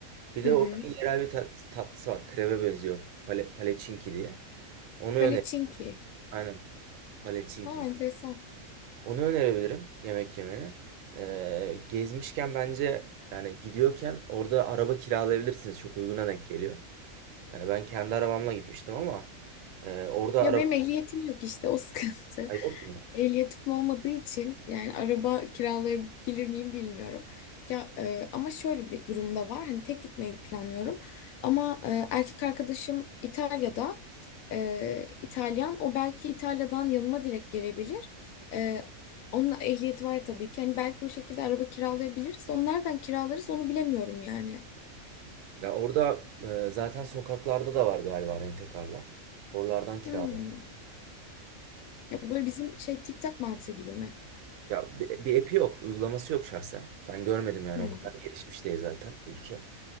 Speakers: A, on the right; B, on the left.
A: Bir de
B: Hı hı.
A: oranın yerel bir tat- tatlısı var. Kreve benziyor. Pale, paleçinki diye. Onu öner.
B: Palacinki.
A: Aynen. Paleçinki.
B: Ha, enteresan.
A: Onu önerebilirim yemek yemeni. Ee, gezmişken bence yani gidiyorken orada araba kiralayabilirsiniz. Çok uyguna denk geliyor. Yani ben kendi arabamla gitmiştim ama e, orada
B: Ya
A: araba
B: benim ehliyetim yok işte o <laughs> sıkıntı.
A: Ay, yok mu?
B: Ehliyetim olmadığı için yani araba kiralayabilir miyim bilmiyorum. Ya e, ama şöyle bir durumda var. Hani tek gitmeyi planlıyorum. Ama e, erkek arkadaşım İtalya'da e, İtalyan. O belki İtalya'dan yanıma direkt gelebilir. E, onun ehliyeti var tabii ki. Hani belki o şekilde araba kiralayabiliriz. Onu nereden kiralarız onu bilemiyorum yani.
A: Ya orada e, zaten sokaklarda da var galiba rentekarlar. Oralardan kiralı.
B: Hmm. Ya böyle bizim şey TikTok mantığı gibi mi?
A: Ya bir, bir app'i yok, uygulaması yok şahsen. Ben görmedim yani
B: Hmm.
A: o kadar gelişmiş değil zaten ülke.